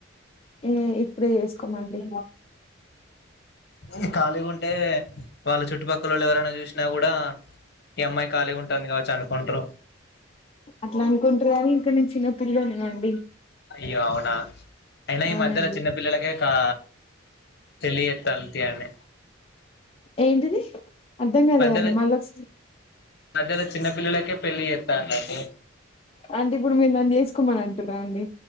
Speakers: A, on the left; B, on the left.
A: ఉమ్ ఇప్పుడే చేసుకోమండి
B: ఈ ఖాళీగా ఉంటే వాళ్ళు చుట్టుపక్కలోళ్ళు ఎవరైనా చూస్ నా కూడా ఈ అమ్మాయి ఖాళీగా ఉంటాంది కావచ్చు అనుకుంట్రూ
A: అట్లా అనుకుంటరుకాని ఇంకా నేను చిన్న పిల్లని కండి
B: అయ్యో అవునా అయినా ఈ
A: అవునండి
B: మధ్యలో చిన్న పిల్లలకే కా పెళ్లి చేత్తల్లు తీయండి
A: ఏంటిది అర్థం
B: ఈ
A: కాలేదండి
B: మధ్యలో
A: మల్లొకస్
B: మధ్యలో చిన్న పల్లలకే పెళ్ళి చేత్తాలండి
A: అంటే ఇప్పుడు మీరు నన్ను చేసుకోమని అంటున్నరా అండి?